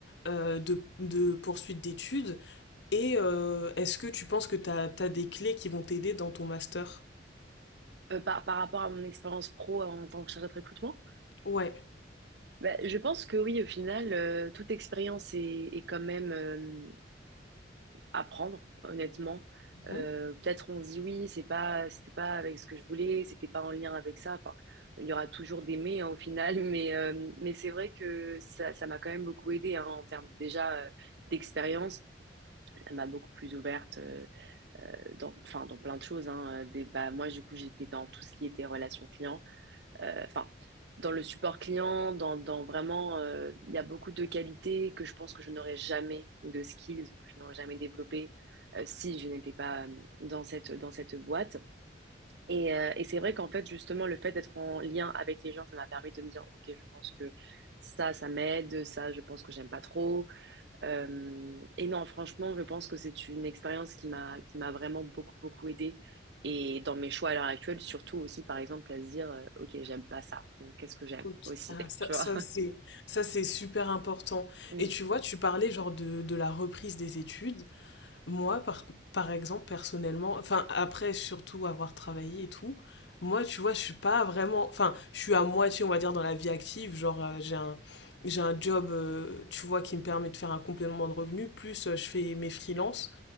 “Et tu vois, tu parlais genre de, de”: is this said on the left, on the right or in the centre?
Left